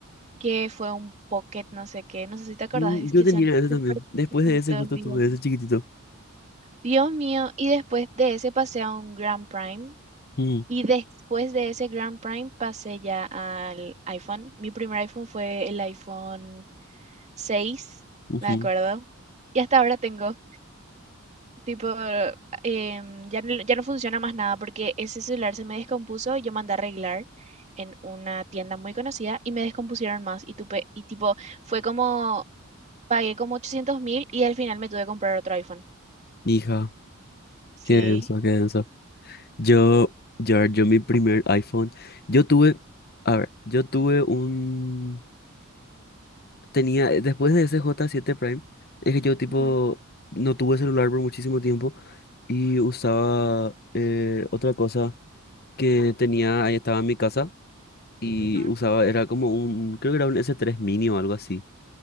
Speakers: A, on the right; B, on the left.
A: que fue un Pocket, no sé qué, no sé si te acordás,
B: Mm,
A: es
B: yo
A: que
B: tenía
A: son
B: ese
A: súper
B: también, después
A: chiquititos,
B: de ese justo
A: digamos.
B: tuve ese chiquitito.
A: Dios mío, y después de ese pasé a un Grand Prime
B: Mm,
A: y después de ese Grand Prime pasé ya al iPhone. Mi primer iPhone fue el iPhone 6,
B: ujú.
A: me acuerdo. Y hasta ahora tengo, tipo, em, ya no, ya no funciona más nada porque ese celular se me descompuso y yo mandé a arreglar en una tienda muy conocida y me descompusieron más y, tupe, y tipo, fue como, pagué como ochocientos mil y al final me tuve que comprar otro iPhone.
B: Hija,
A: Sí.
B: qué denso, qué denso. Yo, yo, yo mi primer iPhone, yo tuve, a ver, yo tuve un, tenía, después de ese j siete Prime, es que yo tipo...
A: Ujú,
B: No tuve celular por muchísimo tiempo. Y usaba eh, otra cosa que tenía, ahí estaba en mi casa y
A: ujú,
B: usaba, era como un, creo que era un s tres Mini o algo así.